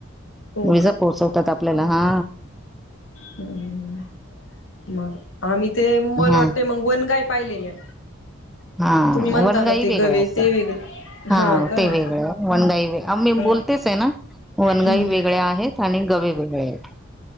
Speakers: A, on the left (about 70°); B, in the centre.
A: हो
B: विजा पोहोचवतात आपल्याला हा
A: हुं हू हुं मग आम्ही ते मला
B: हा
A: वाटतंय मग वनगाय पाहिलेल्या
B: हा
A: तुम्ही म्हणता
B: वनगाई
A: ना ते
B: वेगळया
A: गवे
B: असतात.
A: ते वेगळे
B: हा
A: का
B: ते वेगळं वनगाई आम मी
A: ह
B: बोलतेच आहे ना वनगाई
A: हम्म
B: वेगळ्या आहेत, आणि गवे वेगळे आहेत.